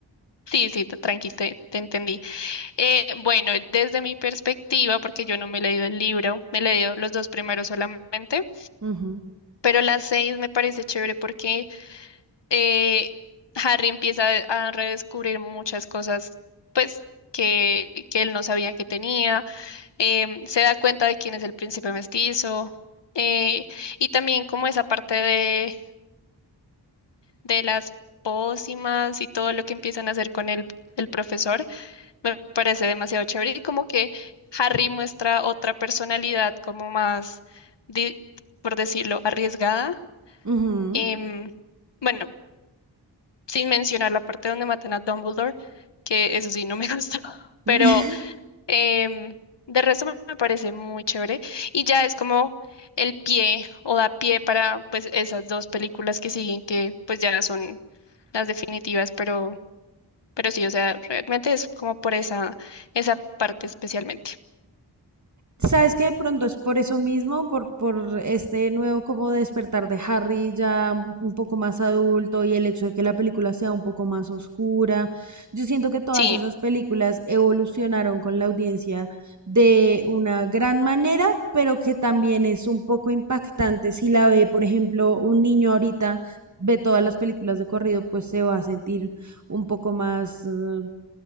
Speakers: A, on the left; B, on the right.
A: Sí, sí, t- tranqui, te, te entendí. Eh, bueno, desde mi perspectiva, porque yo no me he leído el libro, me he leído los dos primeros solamente,
B: <laughs> Ujú,
A: pero las seis me parece chévere porque eh, Harry empieza a redescubrir muchas cosas, pues, que, que él no sabía que tenía, em, se da cuenta de quién es el príncipe mestizo, eh, y también como esa parte de, de las pócimas y todo lo que empiezan a hacer con el, el profesor. Me parece demasiado chévere y como que Harry muestra otra personalidad como más, di- por decirlo, arriesgada.
B: ujú.
A: Em, bueno, sin mencionar la parte donde matan a Dumbledore, que eso sí no me <laughs> gustó,
B: <laughs>
A: pero em, de resto me me parece muy chévere y ya es como el pie o da pie para pues esas dos películas que siguen que pues ya son las definitivas, pero pero sí, o sea, realmente es como por esa esa parte especialmente.
B: Sabes que de pronto es por eso mismo, por, por este nuevo como despertar de Harry ya un poco más adulto y el hecho de que la película sea un poco más oscura. Yo siento que todas
A: Sí,
B: esas películas evolucionaron con la audiencia de una gran manera, pero que también es un poco impactante si la ve, por ejemplo, un niño ahorita. ve todas las películas de corrido, pues se va a sentir un poco más, eh,